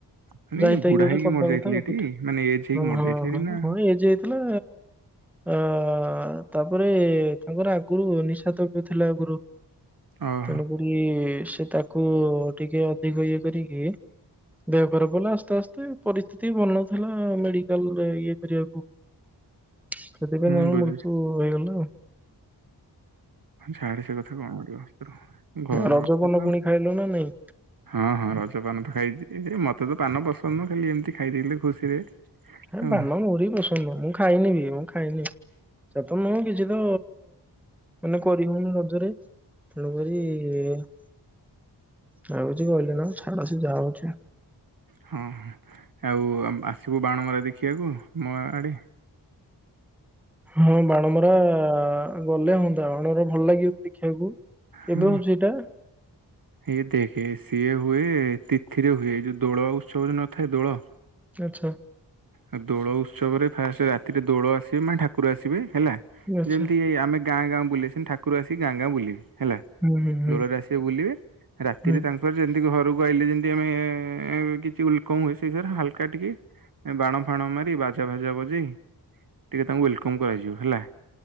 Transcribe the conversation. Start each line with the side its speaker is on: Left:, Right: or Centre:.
Right: ମାନେ
Centre: ଯାଇତାଇ
Right: ବୁଢା
Centre: କି ଗୋଟେ
Right: ହେଇକି
Centre: କରିଦବା
Right: ମରି ଯାଇଥିଲେ
Centre: କଥା
Right: ଏଠି
Centre: ପିଠା
Right: ମାନେ ଏଜ ହେଇକି
Centre: ହଁ
Right: ମରି
Centre: ହଁ
Right: ଯାଇଥିଲେ ଏଠି
Centre: ହଁ
Right: ନା
Centre: ହଁ। ଯାଇଥିଲା ଅ ତାପରେ ତାଙ୍କର ଆଗରୁ ନିଶାତବ ଥିଲା ଆଗରୁ।
Right: ଓହୋ
Centre: ତେଣୁକରି ସେ ତାକୁ ଟିକେ ଅଧିକ ଇଏ କରିକି। ଦେହ ଖରାପ ହେଲା ଆସ୍ତେ ଆସ୍ତେ ପରିସ୍ଥିତି ଭଲନଥିଲା ମେଡିକାଲରେ ଇଏ କରିବାକୁ ସେଥିପାଇଁ
Right: ହୁଁ
Centre: ଜଣ
Right: ବୁଝୁଛି
Centre: ମୁର୍ତୁ ହେଇଗଲା ଆଉ।
Right: ଛାଡେ ସେ କଥା କଣ କରିବ। ଘର
Centre: ରଜ
Right: କଥା
Centre: ପାନ
Right: ତ
Centre: ପୁଣି ଖାଇଲୁ ନା ନାଇଁ।
Right: ହଁ ହଁ ରଜ ପାନ ତ ଖାଇଛି ମତେ ତ ପାନ ପସନ୍ଦ ନୁହଁ ଖାଲି ଏମିତି ଖାଇଦେଇଥିଲେ ଖୁସିରେ।
Centre: ହେ
Right: ଆଉ
Centre: ପାନ ମୋର ବି ପସନ୍ଦ ନୁହଁ ମୁଁ ଖାଇନିବି ମୁଁ ଖାଇନିି। ସେ ତ ନୁହଁ କିଛି ତ ମାନେ କରି ହଉନି ରଜରେ। ତେଣୁକରି ଆଉ କିଛି କହିଲେନ ଛାଡ ସେ ଯା ହଉଛି।
Right: ହଁ ଆଉ ଆସିବୁ ବାଣ ମରା ଦେଖିବାକୁ ମୋ ଆଡ଼େ।
Centre: ହଁ ବାଣମରା ଗଲେ ହୁଅନ୍ତା। ବାଣମରା ଭଲ ଲାଗିବ କି ଦେଖିବାକୁ। କେବେ
Right: ହଁ
Centre: ହଉଛି ଏଟା।
Right: ଇଏ ଦେଖେ ସିଏ ହୁଏ ତିଥିରେ ହୁଏ। ଏ ଯଉ ଦୋଳ ଉତ୍ସବ ଯଉ ନଥାଏ ଦୋଳ
Centre: ଆଚ୍ଛା
Right: ଆଉ ଦୋଳ ଉତ୍ସବରେ ଫାଷ୍ଟ ରାତିରେ ଦୋଳ ଆସିବେ ମାନେ ଠାକୁର ଆସିବେ ହେଲା
Centre: ଆଚ୍ଛା
Right: ଯେମିତି ଆମେ ଗାଁ ଗାଁ ବୁଲିବେ ସେମତି ଠାକୁର ଆସିକି ଗାଁ ଗାଁ ବୁଲିବେ ହେଲା
Centre: ହୁଁ ହୁଁ ହୁଁ
Right: ଦୋଳରେ ଆସିବେ ବୁଲିବେ ରାତିରେ
Centre: ହୁଁ
Right: ତାଙ୍କ ଯେମିତି ଘରକୁ ଆଇିଲେ ଯେମିତି ଆମେ କିଛି ୱଲକମ ୱାଇସ ହୁଏ ହାଲକା ଟିକେ ବାଣ ଫାଣ ମାରି ବାଜା ଭାଜା ବଜେଇ ଟିକେ ତାଙ୍କୁ ୱେଲକମ୍ କରାଯିବ ହେଲା।